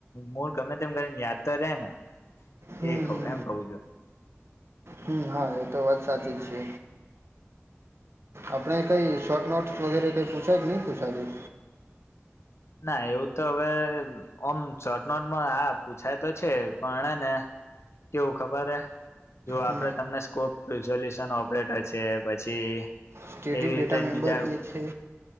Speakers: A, on the left; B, on the right.
A: મૂળ ગમે તેમ કરીને યાદ તો રે ને
B: હમ
A: એ કઉ એમ કઉ છું.
B: હમ હા એ તો વાત સાચી જ છે. આપણે કંઈ શોર્ટ નોટ્સ વગેરે કંઈ પૂછાય કે નય પૂછાતી.
A: ના એવું તો અવે ઓમ શોર્ટ નોટમાં આ પૂછાય તો છે પણ એને કેવું ખબરે જો આપડે
B: હમ
A: તમને સ્કોપ રિઝોલ્યુશન ઓપરેટર છે પછી
B: સ્ટેટિક
A: એવી રીતે
B: ડેટા
A: જ
B: મેમ્બર
A: બીજા
B: એ છે